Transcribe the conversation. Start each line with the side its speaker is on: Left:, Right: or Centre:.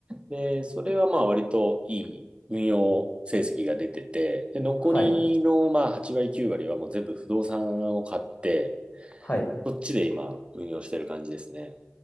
Right: で、それはまあ割といい運用成績が出てて、で、残りのまあ8割、
Left: はい。
Right: 9割はもう全部不動産を買って、
Left: はい。
Right: そっちで今運用してる感じですね。